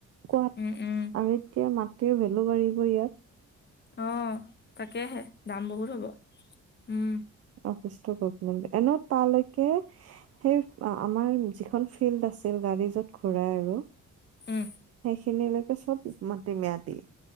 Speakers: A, on the right; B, on the left.
A: কোৱাত
B: উম উম
A: আৰু এতিয়া মাটিৰ ভেলু বাঢ়িব ইয়াত।
B: অ', তাকেহে দাম বহুত হ'ব উম।
A: অফিষ্ট গভমেন্ত এনেও তালৈকে সেই আমাৰ যিখন ফিল্ড আছিল গাড়ী যত ঘুৰাই আৰু
B: উম,
A: সেইখিনিলৈকে চব মাটি ম্যাদী